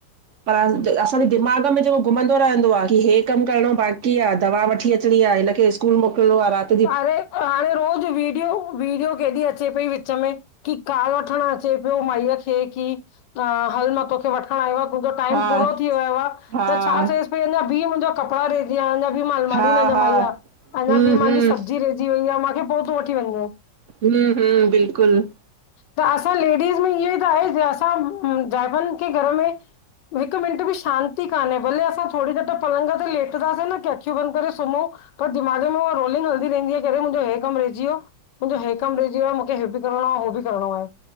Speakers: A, on the right; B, on the left.
A: पर असांजे
B: ह
A: दिमाग़ में जेको घुमंदो रहंदो आ कि हे कमु करिणो बाक़ी आ, दवा वठी अचिणी आ, हिन खे स्कूल मोकिलणो आ, रात
B: पाणे -पाणे रोज़ वीडियो वीडियो केॾी अचे पई विच में की काल वठणु अचे पियो माईअ खे की हा हल मां तोखे वठण आयो आं तुंजो टाइम
A: हा
B: पूरो थी वियो आ
A: हा
B: त छा चयस। अञा बी मुंहिंजा कपिड़ा रहजी वया अन अबी बी मां अलमारी
A: हा
B: न
A: हा
B: ज़माई आ अञा
A: हम्म
B: बी मुंजी।
A: हम्म
B: सब्जी रहिजी वई आ मांखे पो तूं वठी वञजाएं।
A: हम्म हम्म बिल्कुलु
B: त असां लेडीस में इहो ई त आहे असां जाइफ़नि के घर में हिकु मिन्ट बि शांती कान्हे भले असां थोरी देर त पलंग ते लेटदासे न की अखियूं बंदि करे सुम्हूं त दिमाग में उह रोलिंग हल ही इन्हजे करे मुंजो हे कमु रहिजी वियो मुंजो हे कमु रहिजी वियो आ मूंखे हे बि करणो आ हो बि करणो आ।